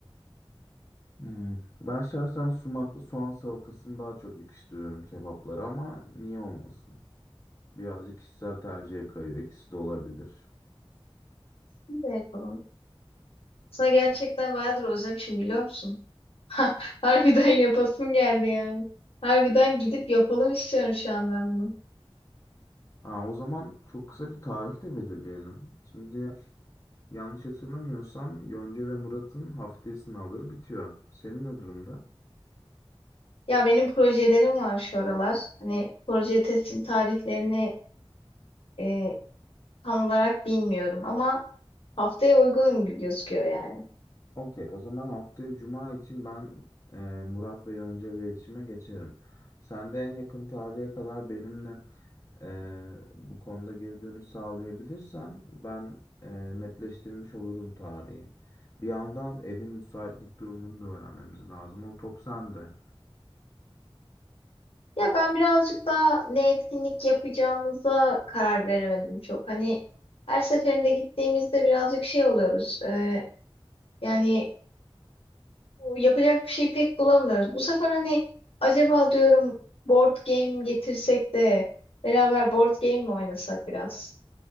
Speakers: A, on the left; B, on the left.
A: Hmm. Ben şahsen sumaklı soğan salatasını daha çok yakıştırıyorum kebaplara ama niye olmasın? Birazcık kişisel tercihe kayıyor. İkisi de olabilir.
B: biz de yapalım. Sana gerçekten bayağıdır özlemişim biliyor musun? <laughs> Harbiden yapasım geldi yani. Harbiden gidip yapalım istiyorum şu an ben bunu.
A: Aa, o zaman çok kısa bir tarih de belirleyelim. Şimdi yanlış hatırlamıyorsam Yonca ve Murat'ın haftaya sınavları bitiyor. Senin ne durumda?
B: Ya benim projelerim var şu aralar. Hani proje teslim tarihlerini e, tam olarak bilmiyorum ama haftaya uygun gözüküyor yani.
A: Okey, o zaman haftaya Cuma için ben e, Murat ve Yonca ile iletişime geçerim. Sen de en yakın tarihe kadar benimle Eee, bu konuda geri dönüş sağlayabilirsen ben eee, netleştirmiş olurum tarihi. Bir yandan evin müsaitlik durumunu da öğrenmemiz lazım. O top sende.
B: Ya ben birazcık daha ne etkinlik yapacağımıza karar veremedim çok. Hani her seferinde gittiğimizde birazcık şey oluyoruz. e, yani yapacak bir şey pek bulamıyoruz. Bu sefer hani acaba diyorum board game getirsek de beraber board game mi oynasak biraz?